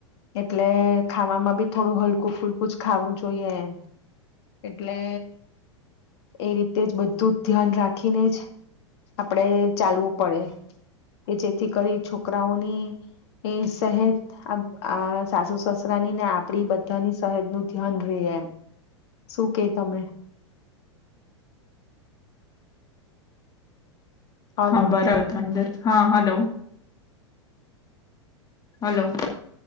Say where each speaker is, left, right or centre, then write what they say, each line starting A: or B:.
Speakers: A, on the left; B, on the left.
A: એટલે ખાવામાં બી થોડું હલકું ફૂલકું હલકું જ ખાવું જોઈએ એમ એટલે એ રીતે જ બધું ધ્યાન રાખીને જ આપડે ચાલવું પડે. કે જેથી કરી છોકરાઓની એ સહેદ આ આ સાસુ સસરા ની ને આપડી બધાની સહેજ નું ધ્યાન રે એમ શું કે તમે? હલો
B: હા બરાબ તો અંદર હા હલો. હલો.